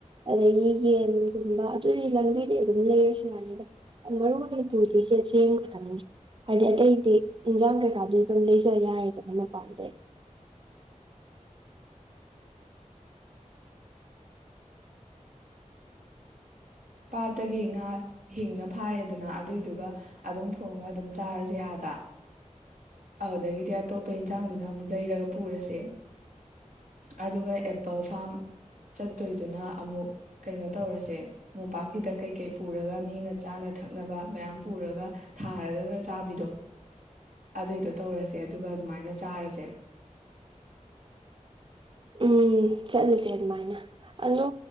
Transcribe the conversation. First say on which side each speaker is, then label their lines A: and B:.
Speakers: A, on the right; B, on the right.
A: ꯑꯩꯗꯒꯤ ꯌꯦꯟꯒꯨꯝꯕ ꯑꯗꯨꯗꯤ ꯂꯝꯕꯤꯗꯤ ꯑꯗꯨꯝ ꯂꯩꯔꯁꯨ ꯌꯥꯅꯤꯗ ꯃꯔꯨ ꯑꯣꯏꯅ ꯄꯨꯗꯣꯏꯁꯦ ꯆꯦꯡ ꯈꯥꯊꯪꯅꯤ ꯍꯥꯏꯗꯤ ꯑꯇꯩꯗꯤ ꯏꯟꯖꯥꯡ ꯀꯩꯀꯥꯗꯨꯗꯤ ꯑꯗꯨꯝ ꯂꯩꯖ ꯌꯥꯔꯦꯗꯅ ꯃꯄꯥꯟꯗꯩ
B: ꯄꯥꯠꯇꯒꯤ ꯉꯥ ꯍꯤꯡꯅ ꯐꯥꯔꯦ ꯑꯗꯨꯅ ꯑꯗꯨꯏꯗꯨꯒ ꯑꯗꯨꯝ ꯊꯣꯡꯉ ꯑꯗꯨꯝ ꯆꯥꯔꯁꯦ ꯑꯥꯗ ꯑꯗꯨꯗꯒꯤꯗꯤ ꯑꯇꯣꯞꯄ ꯏꯟꯁꯥꯡꯗꯨꯅ ꯑꯃꯨꯛ ꯂꯩꯔꯒ ꯄꯨꯔꯁꯦ ꯑꯗꯨꯒ ꯑꯦꯄꯜ ꯐꯥꯝ ꯆꯠꯇꯣꯏꯗꯨꯅ ꯑꯃꯨꯛ ꯀꯩꯅꯣ ꯇꯧꯔꯁꯦ ꯃꯣꯝꯄꯥꯛꯐꯤꯗꯛ ꯀꯩ ꯀꯩ ꯄꯨꯔꯒ ꯃꯤꯅ ꯆꯥꯅ ꯊꯛꯅꯕ ꯃꯌꯥꯝ ꯄꯨꯔꯒ ꯊꯥꯔꯒꯒ ꯆꯥꯕꯤꯗꯣ ꯑꯗꯨꯏꯗꯣ ꯇꯧꯔꯁꯦ ꯑꯗꯨꯒ ꯑꯗꯨꯃꯥꯏꯅ ꯆꯥꯔꯁꯦ
A: ꯎꯝ ꯆꯠꯂꯨꯁꯦ ꯑꯗꯨꯃꯥꯏꯅ ꯑꯗꯣ